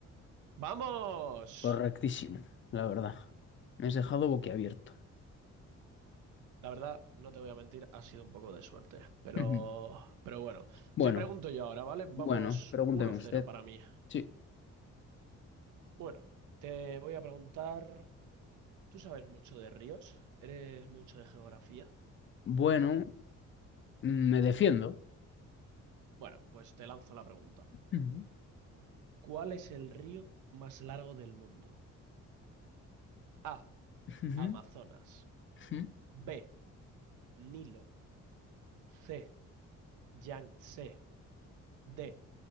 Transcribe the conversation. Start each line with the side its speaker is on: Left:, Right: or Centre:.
Right: ¡Vamos!
Left: Correctísimo, la verdad. Me has dejado boquiabierto.
Right: La verdad, no te voy a mentir, ha sido un poco de suerte. Pero,
Left: Ujú.
Right: pero bueno,
Left: Bueno,
Right: te pregunto yo ahora, ¿vale? Vamos
Left: bueno, pregúnteme
Right: 1-0
Left: usted.
Right: para mí.
Left: Sí.
Right: Bueno, te voy a preguntar, ¿tú sabes mucho de ríos? ¿Eres mucho de geografía?
Left: Bueno, mm, me defiendo.
Right: Bueno, pues te lanzo la pregunta.
Left: Ujú,
Right: ¿Cuál es el río más largo del mundo? A.
Left: ujú,
Right: Amazonas.
Left: ujú.
Right: B. Nilo. C. Yangtze de